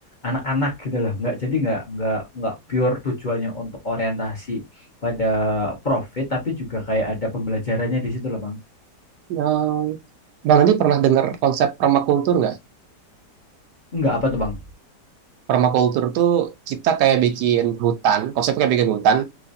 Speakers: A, on the left; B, on the right.
A: anak-anak gitu loh. Nggak jadi nggak nggak nggak pure tujuannya untuk orientasi pada profit tapi juga kayak ada pembelajarannya di situ loh Bang.
B: yang Bang Andi pernah dengar konsep permakultur nggak?
A: Nggak apa tuh Bang?
B: Permakultur tuh kita kayak bikin hutan, konsepnya kayak bikin hutan,